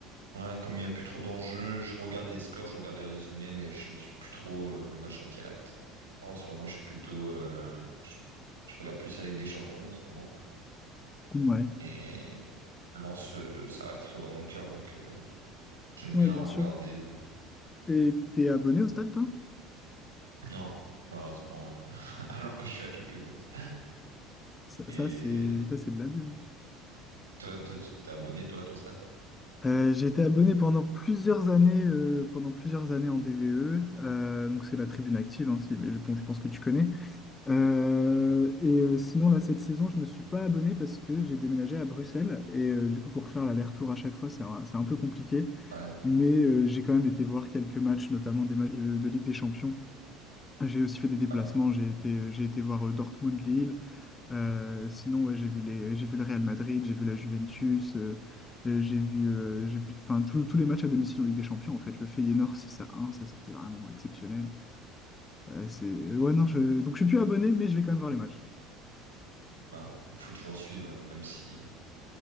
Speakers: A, on the right; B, on the left.
A: Ouais, comme il n'y a plus trop d'enjeux, je regarde les scores, je regarde les résumés, mais je suis plus trop euh, le match en direct. en ce moment, je suis plutôt, euh, je, je regarde plus la Ligue des Champions en ce moment.
B: Ouais.
A: Et Lens, euh, ça reste toujours dans mon cœur, donc euh, j'aime bien
B: Ouais, bien
A: regarder.
B: sûr. Et t'es abonné au stade, toi?
A: Non, malheureusement, euh, <laughs> alors que je suis à quelques mètres.
B: Ça,
A: Et
B: ça, c'est ça, c'est de l'abus. hein.
A: toi, toi, tu t'es abonné, toi, à ton stade?
B: Euh, j'ai été abonné pendant plusieurs années, euh, pendant plusieurs années en DVE. euh, donc c'est la tribune active, hein, si- mais je, bon, je pense que tu connais. Euh, et euh, sinon, là, cette saison, je me suis pas abonné parce que j'ai déménagé à Bruxelles. Et euh, du coup, pour faire l'aller-retour à chaque fois, c'est un, c'est un peu compliqué.
A: Ouais.
B: Mais euh, j'ai quand même été voir quelques matchs, notamment des matchs de, de Ligue des Champions. J'ai aussi fait des déplacements.
A: Ah oui,
B: J'ai été, euh, j'ai été voir euh, Dortmund-Lille. Euh, sinon, ouais, j'ai vu les, j'ai vu le Real Madrid, j'ai vu la Juventus. euh, euh, j'ai vu, euh, j'ai vu enfin, tous tous les matchs à domicile en Ligue des Champions, en fait. Le Feyenoord 6 à 1, ça, c'était vraiment exceptionnel. Euh, c'est... Ouais, non, je... Donc, je suis plus abonné, mais je vais quand même voir les matchs.
A: bah, ouais. faut toujours suivre, même si